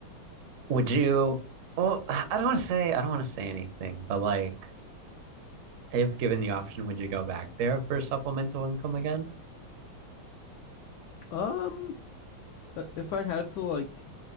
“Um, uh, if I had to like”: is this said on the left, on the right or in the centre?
Left